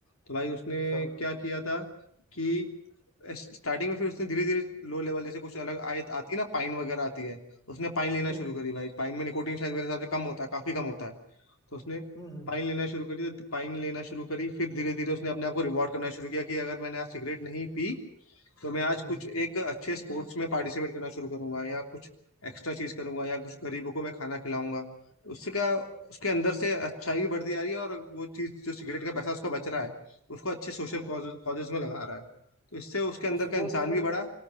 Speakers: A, on the left (about 85°); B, on the left (about 20°).
A: तो भाई उसने
B: अच्छा
A: क्या किया था कि स्टार्टिंग में फिर उसने धीरे धीरे लो लेवल जैसे कुछ अलग आयत आती है ना पाइन वगैरह आती है उसने पाइन लेना
B: हम्म
A: शुरू करी भाई पाइन में निकोटिन शायद मेरे हिसाब से कम होता है काफी कम होता है तो उसने
B: हम्म हम्म
A: पाइन लेना शुरू करी तो पाइन लेना शुरू करी फिर धीरे धीरे उसने अपने आप को रिवॉर्ड करना शुरू किया कि अगर मैंने आज सिगरेट नहीं पी तो मैं आज
B: हम्म
A: कुछ एक अच्छे स्पोर्ट्स में पार्टिसिपेट करना शुरू करूंगा या कुछ एक्स्ट्रा चीज करूंगा या कुछ गरीबों को मैं खाना खिलाऊंगा उससे क्या उसके अंदर से अच्छाई भी बढ़ती जा रही है और वो चीज जो सिगरेट का पैसा उसका बच रहा है उसको अच्छे सोशल
B: हम्म।
A: कॉजेज में लगा रहा है तो इससे उसके अंदर
B: तो स्पोर्ट्स
A: का इंसान
B: वगैरह
A: भी बढ़ा